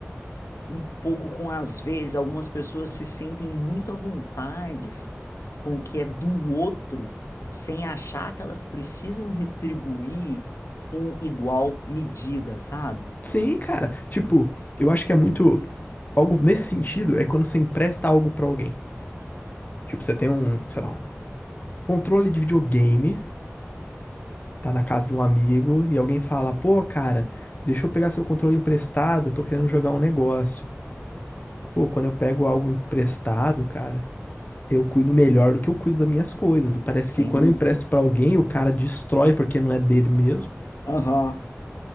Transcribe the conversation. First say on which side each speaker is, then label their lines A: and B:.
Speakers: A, on the left (about 80°); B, on the left (about 40°).
A: um pouco com, às vezes, algumas pessoas se sentem muito à vontade com o que é do outro, sem achar que elas precisam retribuir em igual medida, sabe?
B: Sim, cara. Tipo, eu acho que é muito. Algo nesse sentido é quando você empresta algo pra alguém. Tipo, você tem um, sei lá, um controle de videogame tá na casa de um amigo e alguém fala: pô, cara, deixa eu pegar seu controle emprestado, tô querendo jogar um negócio. Pô, quando eu pego algo emprestado, cara, eu cuido melhor do que eu cuido das minhas coisas. E parece
A: Sem
B: que quando
A: dúvida.
B: eu empresto pra alguém, o cara destrói porque não é dele mesmo.
A: Aham.